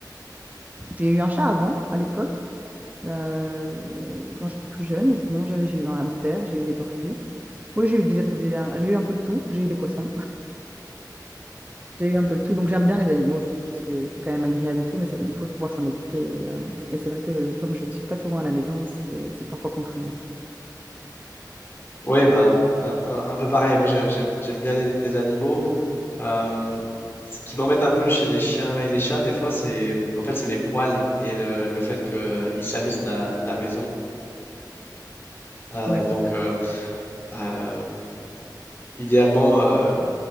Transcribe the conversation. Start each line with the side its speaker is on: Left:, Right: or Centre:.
Right: J'ai eu un chat avant, à l'époque, euh, quand j'étais plus jeune. Et sinon, j'avais, j'ai eu un hamster, j'ai eu des tortues. Oui, j'ai eu des, des- un- j'ai eu un peu de tout. J'ai eu des poissons. J'ai eu un peu de tout, donc j'aime bien les animaux, je trouve que c'est c'est quand même agréable et tout, mais ça, il faut pouvoir s'en occuper. Et, euh, et c'est vrai que comme je ne suis pas souvent à la maison, c'est c'est parfois contraignant.
Left: Oui, ben, un, un- un peu pareil. Moi, j'ai- j'aime j'aime bien les, les animaux. Euh, ce qui m'embête un peu chez les chiens et les chats, des fois, c'est en fait, c'est les poils et le, le fait qu'ils salissent la, la maison. Euh,
Right: Oui,
Left: donc,
Right: c'est vrai.
Left: euh, euh, idéalement, euh,